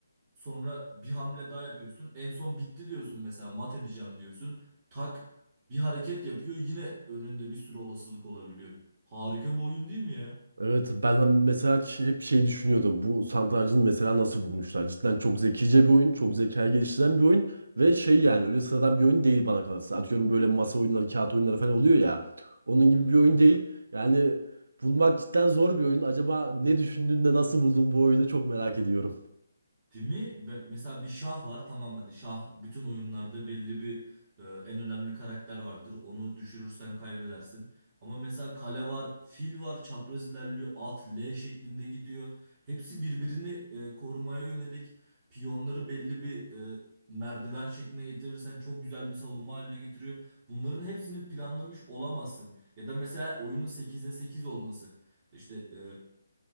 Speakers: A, on the right; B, on the right.
A: Sonra bir hamle daha yapıyorsun. En son bitti diyorsun mesela mat edeceğim diyorsun. Tak bir hareket yapıyor. Yine önünde bir sürü olasılık olabiliyor. Harika bir oyun değil mi ya?
B: Evet ben hani mesela ç- hep şey düşünüyordum. Bu satrancını mesela nasıl bulmuşlar? Cidden çok zekice bir oyun, çok zeka geliştiren bir oyun ve şey yani öyle sıradan bir oyun değil bana kalırsa. Atıyorum böyle masa oyunları, kağıt oyunları falan oluyor ya. Onun gibi
A: Aha.
B: bir oyun değil. Yani bulmak cidden zor bir oyun. Acaba ne düşündüğünde nasıl buldun bu oyunu çok merak ediyorum.
A: Değil mi? Ve Mesela bir şah var tamam hadi şah bütün oyunlarda belli bir e, en önemli karakter vardır. Onu düşürürsen kaybedersin. Ama mesela kale var, fil var, çapraz ilerliyor, at L şeklinde gidiyor. Hepsi birbirini e, korumaya yönelik piyonları belli bir e, merdiven şekline getirirsen çok güzel bir savunma haline getiriyor. Bunların hepsini planlamış olamazsın. Ya da mesela oyunun 8'e 8 olması. İşte e,